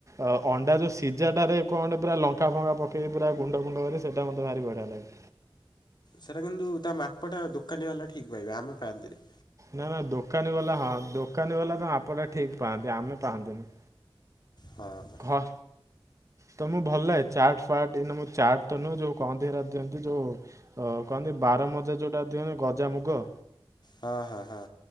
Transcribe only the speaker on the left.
ସେଇଟା କିନ୍ତୁ ତା ମାପଟା ଦୋକାନୀ ବାଲା ଠିକ୍ ପାଇବେ ଆମେ ପାଆନ୍ତିନି।
ହଁ। ହଁ
ହଁ, ହଁ, ହଁ